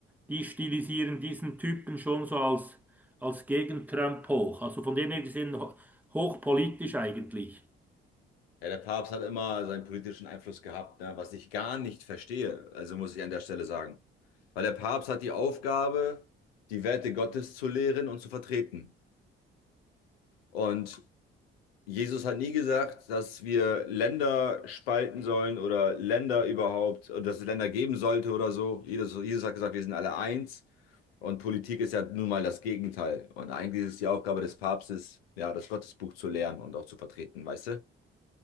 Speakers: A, in the centre; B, on the left (about 80°).
A: Die stilisieren diesen Typen schon so als, als Gegen-Trump hoch. Also von dem her gesehen ho- hochpolitisch eigentlich.
B: Ja, der Papst hat immer seinen politischen Einfluss gehabt, ne? Was ich gar nicht verstehe, also muss ich an der Stelle sagen. Weil der Papst hat die Aufgabe, die Werte Gottes zu lehren und zu vertreten. Und Jesus hat nie gesagt, dass wir Länder spalten sollen oder Länder überhaupt, oder dass es Länder geben sollte oder so. Jesus, Jesus hat gesagt, wir sind alle eins und Politik ist ja nun mal das Gegenteil. Und eigentlich ist es die Aufgabe des Papstes, ja, das Gottesbuch zu lernen und auch zu vertreten, weißt du?